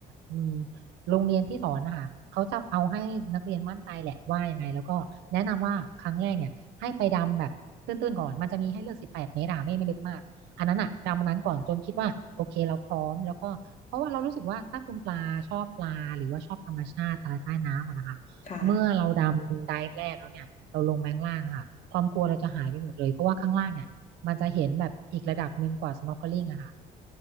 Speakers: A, on the right; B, on the left.
A: อืมโรงเรียนที่สอนนะคะเขาจะเอาให้นักเรียนมั่นใจแหละว่ายังไงแล้วก็แนะนำว่าครั้งแรกเนี่ยให้ไปดำแบบตื้นๆก่อนมันจะมีให้เลือกสิบแปดเมตรอะไม่ไม่ลึกมากอันนั้นอะดำอันนั้นก่อนจนคิดว่าโอเคเราพร้อมแล้วก็เพราะว่าเรารู้สึกว่าถ้าคุณปลาชอบปลาหรือว่าชอบธรรมชาติอะไรใต้น้ำอะนะคะเมื่อเราดำไดฟ์แรกแล้วเนี่ยเราลงไปข้างล่างอะค่ะความกลัวเราจะหายไปหมดเลยเพราะว่าข้างล่างเนี่ย
B: ค่ะ
A: มันจะเห็นแบบอีกระดับหนึ่งกว่า snorkeling อะค่ะ